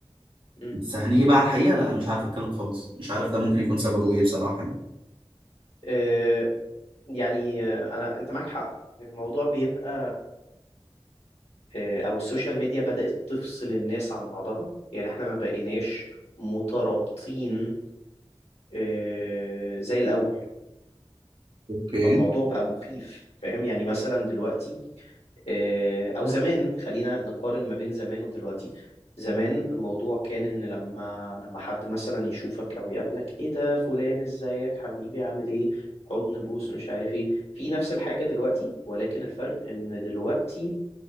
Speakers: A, on the left; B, on the right.
A: امم
B: بس هنيجي بقى على الحقيقه لا انا مش عارف اتكلم خالص مش عارف ده ممكن يكون سببه ايه بصراحه يعني.
A: آه يعني آه، انا انت معاك حق الموضوع بيبقى آه، او السوشيال ميديا بدأت تفصل الناس عن بعضها يعني احنا ما بقيناش مترابطين آه، زي الاول
B: اوكي
A: فالموضوع بقى مخيف فاهم يعني مثلا دلوقتي آه، او زمان خلينا نقارن ما بين زمان ودلوقتي زمان الموضوع كان ان لما لما حد مثلا يشوفك او يقابلك ايه ده فلان ازيك حبيبي عامل ايه حضن بوس مش عارف ايه في نفس الحاجة دلوقتي ولكن الفرق ان دلوقتي